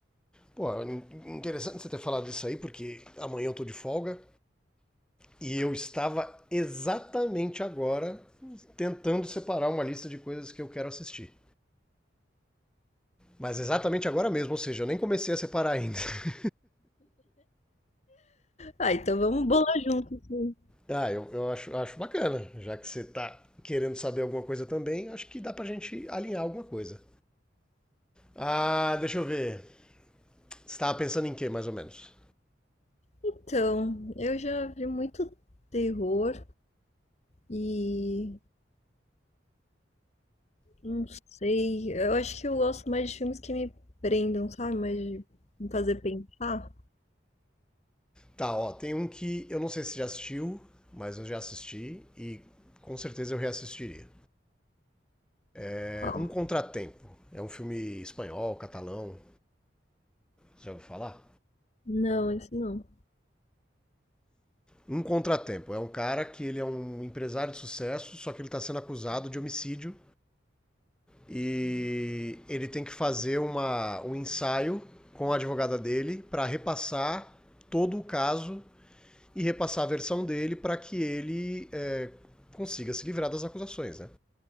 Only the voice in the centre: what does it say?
Pô, in- interessante você ter falado isso aí, porque amanhã eu tô de folga e eu estava exatamente agora tentando separar uma lista de coisas que eu quero assistir. Mas exatamente agora mesmo, ou seja, eu nem comecei a separar ainda. <laughs>
Ah, eu, eu acho, acho bacana, já que você tá querendo saber alguma coisa também, acho que dá pra gente alinhar alguma coisa. Ah, deixa eu ver. Você tava pensando em quê, mais ou menos?
Tá, ó, tem um que eu não sei se já assistiu, mas eu já assisti e com certeza eu reassistiria. É
Um Contratempo. É um filme espanhol, catalão. Você Já ouviu falar?
Um Contratempo. É um cara que ele é um empresário de sucesso, só que ele está sendo acusado de homicídio e ele tem que fazer uma, um ensaio com a advogada dele para repassar todo o caso e repassar a versão dele para que ele é, consiga se livrar das acusações, né?